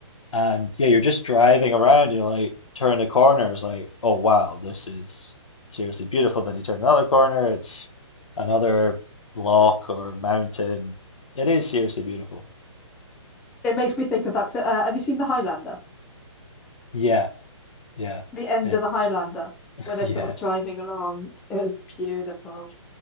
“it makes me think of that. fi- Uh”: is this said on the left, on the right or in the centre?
Centre